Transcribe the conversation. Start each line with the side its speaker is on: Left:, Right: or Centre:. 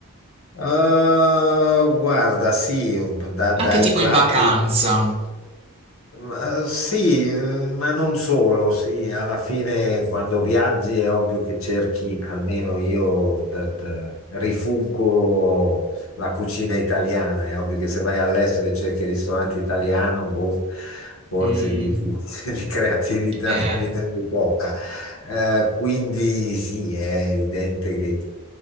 Left: guarda, sì, da- dai
Right: Anche tipo
Left: classici.
Right: in vacanza?
Left: Ma, eh, sì, eh, ma non solo, sì, alla fine quando viaggi è ovvio che cerchi, almeno io da- da- rifuggo la cucina italiana, è ovvio che se vai all'estero e cerchi il ristorante italiano, boh, forse
Right: Mm,
Left: di, di- <laughs> di creatività
Right: eh,
Left: nella vita ne hai poca. Eh, quindi sì, è evidente che,